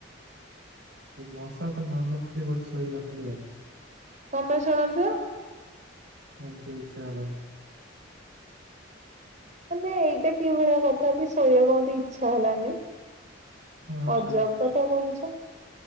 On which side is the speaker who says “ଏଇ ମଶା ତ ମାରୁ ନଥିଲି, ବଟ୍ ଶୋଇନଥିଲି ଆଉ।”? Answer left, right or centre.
Right